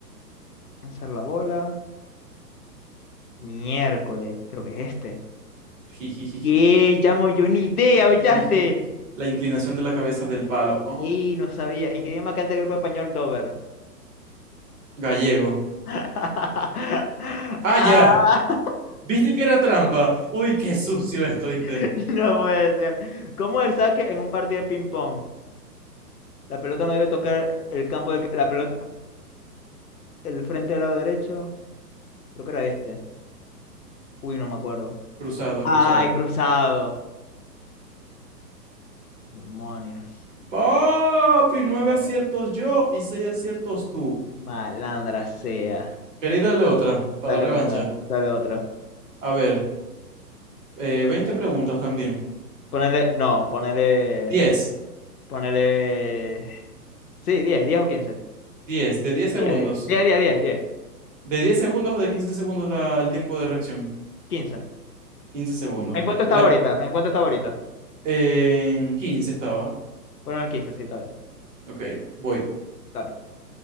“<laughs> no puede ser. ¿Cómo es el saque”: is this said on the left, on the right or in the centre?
Left